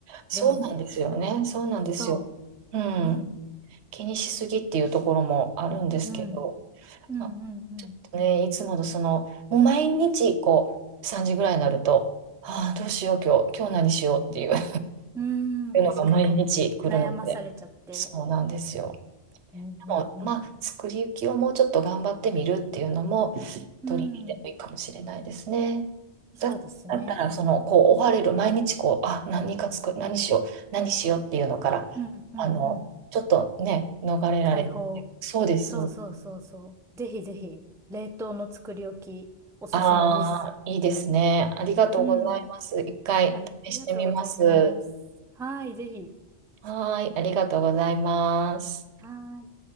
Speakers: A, on the right (about 80°); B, in the centre.
A: そうなんですよね。
B: るので、
A: そうなんですよ。
B: そ
A: うん。
B: う。うん、
A: 気にしすぎっていうところもあるんですけど、
B: うん、うん、
A: まあ、
B: うん、うん。
A: ちょっとね、いつものその、もう毎日こう、3時ぐらいになると、ああ、どうしよう、今日、今日何しようっていう <laughs> っ
B: うー
A: ていうのが毎日来るので、
B: ん、確かに。悩まされちゃって。
A: そうなんですよ。
B: うん、うん、
A: でも、
B: うん。
A: まあ、作り置きをもうちょっと頑張ってみるっていうのも、
B: うん、
A: 取り入れてもいいかもしれないですね。
B: そうですね。
A: だったら、その、こう、追われる、毎日こう、あ、何か作る、何しよう、何しようっていうのから、
B: うん、うん、
A: あの、
B: うん。
A: ちょっとね、逃れられる。
B: 解放。
A: そうです。
B: そうそうそうそう。ぜひぜひ、冷凍の作り置き、おすすめです。
A: ああ、いいですね。ありがとうございます。
B: うん。
A: 一回試してみます。
B: ありがとうございます。はい、ぜひ。
A: はーい、ありがとうございます。
B: はーい。